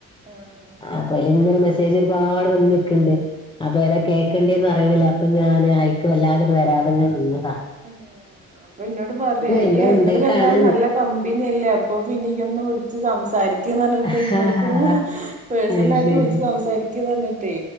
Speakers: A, on the right; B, on the left.
A: ആഹ്
B: അപ്പൊ അല്ല ഇങ്ങനെ മെസ്സേജ് ഒരുപാട് വന്ന്നിക്കണ്ട് അപ്പൊ
A: ആഹ്
B: ഏതാ കേൾക്കണ്ടേന്ന് അറിയൂല്ല അപ്പൊ ഞാൻ അയക്ക് വല്ലാതെ വരാതെ അങ്ങനെ നിന്നത
A: ആഹ് അപ്പൊ എന്നോട് പറയാ ഇയ
B: എന്തോ
A: ഇങ്ങൾ
B: ഉണ്ടായിട്ടാണ്ന്ന്
A: രണ്ടാളും നല്ല കമ്പനിയല്ലേ അപ്പൊ പിന്നെ ഈ ഒന്ന് വിളിച്ച് സംസാരി സതൃം പറഞ്ഞിട്ട്
B: ആഹ്
A: ഇന്നേക്ക് മൂന്ന് പേഴ്സണലായിട്ട്
B: അത് ശരി
A: വിളിച്ച് സംസാരിക്കൂന്ന് പറഞ്ഞിട്ടേ